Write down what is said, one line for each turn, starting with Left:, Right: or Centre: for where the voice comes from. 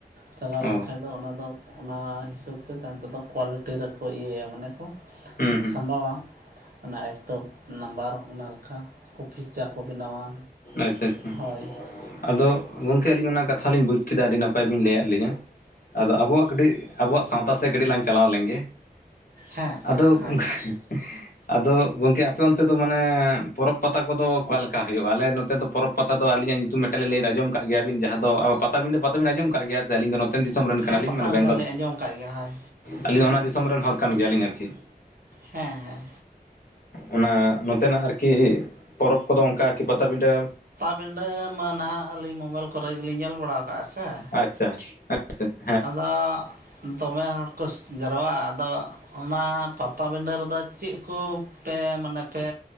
Right: ᱪᱟᱞᱟᱣ ᱞᱮᱱᱠᱷᱟᱱ
Left: ᱚ
Right: ᱟᱫᱚ ᱚᱱᱟᱫᱚ ᱚᱱᱟ ᱦᱤᱥᱟᱹᱵᱽ ᱛᱮ ᱛᱟᱭᱚᱢᱛᱮ ᱫᱚ ᱠᱳᱣᱟᱞᱤᱴᱤ ᱨᱮᱠᱚ ᱤᱭᱟᱹᱭᱟ ᱢᱟᱱᱮ ᱠᱚ
Left: ᱦᱩᱸ ᱦᱩᱸ
Right: ᱥᱟᱢᱵᱟᱣᱟ ᱚᱱᱟ ᱮᱠᱛᱚ ᱱᱟᱢᱵᱟᱨ ᱚᱱᱟ, ᱠᱷᱟᱱ ᱠᱚᱯᱷᱤ ᱪᱟ ᱠᱚ ᱵᱮᱱᱟᱣᱟ
Left: ᱟᱪᱪᱷᱟ ᱟᱪᱪᱷᱟ
Right: ᱦᱳᱭ ᱾
Left: ᱟᱫᱚ ᱜᱚᱝᱠᱮ ᱟᱹᱞᱤᱧ ᱚᱱᱟ ᱠᱟᱛᱷᱟ ᱞᱤᱧ ᱵᱩᱡ ᱠᱮᱫᱟ ᱾ ᱟᱹᱰᱤ ᱱᱟᱯᱟᱭ ᱵᱤᱱ ᱞᱟᱹᱭᱟᱫ ᱞᱤᱧᱟ ᱾ ᱟᱫᱚ ᱟᱵᱚᱣᱟᱜ ᱠᱟᱹᱴᱤᱡ ᱟᱵᱚᱣᱟᱜ ᱥᱟᱶᱛᱟ ᱥᱮᱫ ᱠᱟᱹᱴᱤᱡ ᱞᱟᱝ ᱪᱟᱞᱟᱣ ᱞᱮᱱᱜᱮ ᱾
Right: ᱦᱮᱸ ᱛᱟᱞᱟᱝ
Left: ᱟᱫᱚ
Right: ᱦᱳᱭ
Left: <unintelligible> ᱟᱫᱚ ᱜᱚᱝᱠᱮ ᱟᱯᱮ ᱚᱱᱛᱮ ᱫᱚ ᱢᱟᱱᱮ ᱯᱚᱨᱚᱵᱽ ᱯᱟᱛᱟ ᱠᱚᱫᱚ ᱚᱠᱟ ᱞᱮᱠᱟ ᱦᱳᱭᱯᱜ-ᱟ? ᱟᱞᱮ ᱱᱚᱛᱮ ᱯᱚᱨᱚᱵᱽ ᱯᱟᱛᱟ ᱫᱚ ᱟᱹᱞᱤᱧᱟᱜ ᱧᱩᱛᱩᱢ ᱢᱤᱫᱴᱟᱝᱞᱤᱝ ᱞᱟᱹᱭᱫᱟ ᱟᱸᱡᱚᱢ ᱠᱟᱫ ᱜᱮᱭᱟᱵᱤᱱ ᱡᱟᱦᱟᱸ ᱫᱚ ᱟᱵᱚ ᱯᱟᱛᱟ ᱯᱟᱛᱟᱵᱤᱱᱫᱟᱹ ᱟᱸᱡᱚᱢ ᱟᱠᱟᱫ ᱜᱮᱭᱟ ᱥᱮ ᱟᱹᱞᱤᱧ ᱫᱚ ᱱᱚᱛᱮᱱ ᱫᱤᱥᱚᱢ ᱨᱮᱱ ᱠᱟᱱᱟᱞᱤᱧ
Right: ᱦᱮᱸ ᱯᱟᱴᱟᱵᱤᱸᱫᱟᱹ
Left: ᱢᱟᱱᱮ ᱵᱮᱝᱜᱚᱞ
Right: ᱞᱤᱧ ᱟᱸᱡᱚᱢ ᱠᱟᱜ ᱜᱮᱭᱟ ᱦᱳᱭ
Left: ᱟᱹᱞᱤᱧ ᱫᱚ ᱚᱱᱟ ᱫᱤᱥᱚᱢ ᱨᱮᱱ ᱦᱚᱲ ᱠᱟᱱ ᱜᱮᱭᱟᱞᱤᱧ ᱟᱨᱠᱤ ᱾
Right: ᱦᱮᱸ ᱦᱮᱸ
Left: ᱚᱱᱟ ᱱᱚᱛᱮᱱᱟᱜ ᱟᱨᱠᱤ ᱯᱚᱨᱚᱵᱽ ᱠᱚᱫᱚ ᱚᱱᱠᱟᱠᱤ ᱯᱟᱴᱟᱵᱤᱸᱫᱟᱹ
Right: ᱵᱤᱱᱰᱟᱹ ᱢᱟ ᱱᱟᱦᱟᱜ ᱟᱹᱞᱤᱧ ᱢᱳᱵᱟᱭᱤᱞ ᱠᱚᱨᱮ ᱜᱮᱞᱤᱧ ᱧᱮᱞ ᱵᱟᱲᱟ ᱠᱟᱜᱼᱟ ᱥᱮ ᱾
Left: ᱟᱪᱪᱷᱟ ᱟᱪᱷᱟ <unintelligible> ᱾
Right: ᱟᱫᱚ ᱫᱚᱢᱮ ᱦᱚᱲ ᱠᱚ ᱡᱟᱨᱣᱟ ᱟᱫᱚ ᱾ ᱚᱱᱟ ᱯᱟᱛᱟᱵᱤᱸᱰᱟᱹ ᱨᱮᱫᱚ ᱪᱮᱫ ᱠᱚ ᱯᱮ ᱢᱟᱱᱮ ᱯᱮ